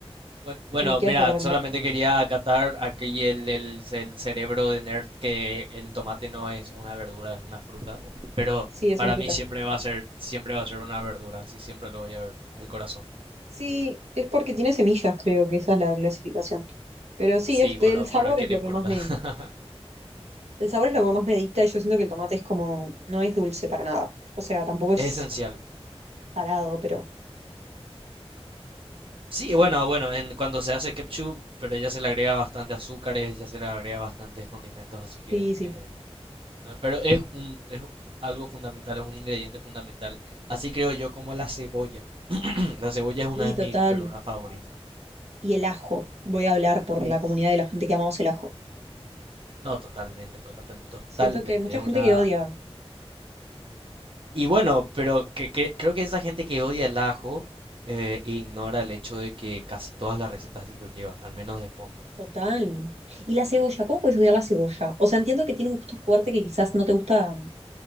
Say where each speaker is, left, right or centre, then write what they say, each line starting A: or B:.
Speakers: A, on the right (about 55°); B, on the right (about 85°).
A: bueno Bueno,
B: que me quieras
A: mira,
B: recomendar.
A: solamente quería acatar aquí el, el, el cerebro de nerd que el tomate no es una verdura, es una fruta, pero
B: Sí, es
A: para
B: una fruta.
A: mí siempre va a ser, siempre va a ser una verdura, así siempre lo voy a ver en el corazón.
B: Sí, es porque tiene semillas, creo que esa es la clasificación. Pero sí,
A: Sí,
B: este,
A: bueno,
B: el sabor
A: pero ¿a quién
B: es lo
A: le importa?
B: que más me,
A: <laughs>
B: el sabor es lo que más me dicta y yo siento que el tomate es como, no es dulce para nada. O sea, tampoco es
A: Es esencial.
B: salado, pero
A: Sí,
B: sí.
A: bueno, bueno, en, cuando se hace ketchup, pero ya se le agrega bastante azúcares, ya se le agrega bastantes condimentos, así que...
B: Sí, sí.
A: eh, ah, pero es un, es algo fundamental, es un ingrediente fundamental. Así creo yo como la cebolla. <clears throat> La cebolla
B: Sí,
A: es una de
B: total.
A: mis verduras favoritas.
B: Y el ajo. Voy a hablar por
A: Uf,
B: la comunidad de la gente que amamos el ajo.
A: No, totalmente, total- totalmente.
B: Siento que hay mucha
A: Es
B: gente
A: una...
B: que odia.
A: Y bueno, pero que, cre- creo que esa gente que odia el ajo eh, ignora el hecho de que casi todas las recetas lo llevan, al menos de fondo.
B: Total. Y la cebolla, ¿cómo puedes odiar la cebolla? O sea, entiendo que tiene un gusto fuerte que quizás no te gusta,